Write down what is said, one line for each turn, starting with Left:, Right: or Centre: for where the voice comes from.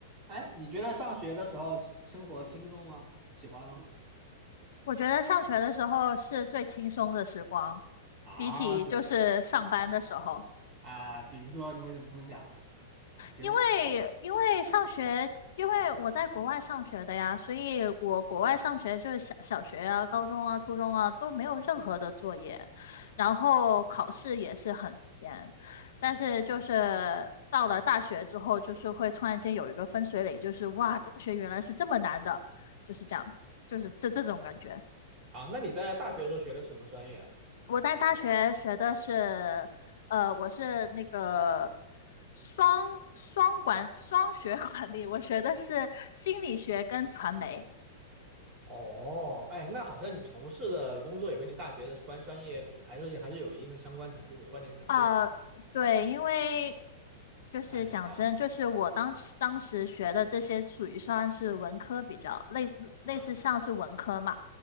Right: 哎，你觉得上学的时候生活轻松吗？喜欢吗？
Left: 我觉得上学的时候是最轻松的时光，
Right: 啊，
Left: 比起就是上班的时候，
Right: 这样啊，比如说你为什么这么讲呢？觉得
Left: 因为因为上学，因为我在国外上学的呀，所以我国外上学就是小小学啊、高中啊、初中啊都没有任何的作业，然后考试也是很严，但是就是到了大学之后，就是会突然间有一个分水岭，就是哇，大学原来是这么难的，就是这样，就是这这种感觉。
Right: 啊，那你在大学的时候学的是什么专业啊？
Left: 我在大学学的是，呃，我是那个双双管双学管理，我学的是心理学跟传媒。
Right: 哦，哎，那好像你从事的工作也和你大学的关专业比，还是还是有一定的相关程度、关联程度，
Left: 呃，
Right: 哎，
Left: 对，因为就是讲真，
Right: 那还挺棒
Left: 就是我当时当时学的这些属于算是文科比较类类似像是文科嘛，
Right: 啊。